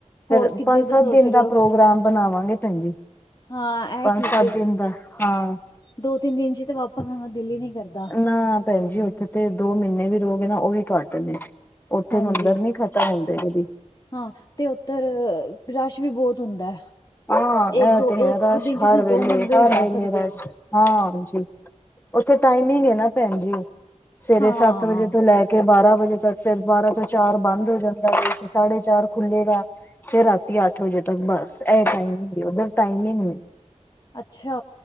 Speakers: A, on the left; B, on the left.
A: ਫੇਰ
B: ਹੋਰ ਕਿੱਧਰ
A: ਪੰਜ, ਸੱਤ
B: ਸੋਚ
A: ਦਿਨ
B: ਰਹੇ
A: ਦਾ
B: ਹੋ
A: ਪ੍ਰੋਗਰਾਮ ਬਨਾਵਾਂਗੇ ਪੈਨ ਜੀ-
B: ਹਾਂ
A: ਪਾੰਜ,
B: ਇਹ ਠੀਕ
A: ਸਾੱਤ
B: ਏ
A: ਦਿਨ ਦਾ ਹਾਂ-
B: ਦੋ ਤਿੰਨ ਦਿਨ ਚ ਤੇ ਵਾਪਸ ਆਨ ਦਿੱਲ ਈ ਨੀ ਕਰਦਾ।
A: ਨਾ ਪੈਨ ਜੀ ਓਥੇ ਤੇ ਦੋ ਮੀਨੇ ਵੀ ਰੋਗੇ ਨਾ ਓਵੀ ਘਾੱਟ ਨੇ ਓਥੇ
B: ਹਾਂਜੀ
A: ਮੰਦਰ ਨੀ ਖ ਤਾਂ ਹੁੰਦੇ ਵਦੀ।
B: ਹਾਂ ਤੇ ਓਧਰ ਰਾਸ਼ ਵੀ ਬੋਤ ਹੁੰਦਾ।
A: ਹਾਂ
B: ਏਤੋ
A: ਇਹ ਤੇ ਹੈ
B: ਏਕ
A: ਰਸ਼
B: ਦਿਜ
A: ਹਰ
B: ਚ
A: ਵੇਲੇ
B: ਦੋ ਮੰਦਰ
A: ਹਰ
B: ਈ ਜਾ
A: ਵੇਲੇ
B: ਸਕਦੇ
A: ਰਸ਼
B: ਓ।
A: ਹਾਂ ਹਾਂਜੀ ਓਥੇ ਟਾਈਮਿੰਗ ਨਾ ਪੈਂਨ ਜੀ ਸਵੇਰੇ
B: ਹਾਂ
A: ਸਾੱਤ ਵਜੇ ਤੋਂ ਲੈ ਕੇ ਬਾਰਾਂ ਵਜੇ ਤੱਕ ਫੇਰ ਬਾਰਾਂ ਤੋਂ ਚਾਰ ਬਾੰਦ ਹੋ ਜਾਂਦਾ ਜੇ ਸਾਢੇ ਚਾਰ ਖੁੱਲੇਗਾ ਫੇਰ ਰਾ ਤੀ ਆੱਠ ਵਜੇ ਤੱਕ ਬਾਸ ਐ ਟਾਈਮ ਓਧਰ ਟਾਈਮਿੰਗ।
B: ਅੱਛਾ।